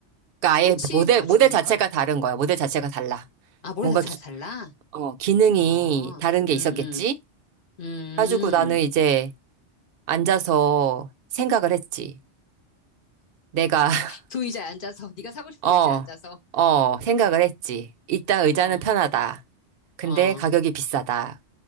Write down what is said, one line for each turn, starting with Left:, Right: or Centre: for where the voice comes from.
Right: 그러니까 아예
Left: 그렇지,
Right: 모델,
Left: 가죽이니까.
Right: 모델 자체가 다른 거야. 모델 자체가 달라.
Left: 아, 머리
Right: 뭔가
Left: 다잘
Right: 기,
Left: 달라?
Right: 어, 기능이
Left: 어.
Right: 다른 게
Left: 음, 음.
Right: 있었겠지?
Left: 음.
Right: 가지고 나는 이제 앉아서 생각을 했지. 내가
Left: 그 의자에 앉아서 <laughs> 네가 사고 싶던
Right: 어,
Left: 의자에 앉아서
Right: 어, 생각을 했지. 일단 의자는
Left: 어.
Right: 편하다. 근데
Left: 어.
Right: 가격이 비싸다.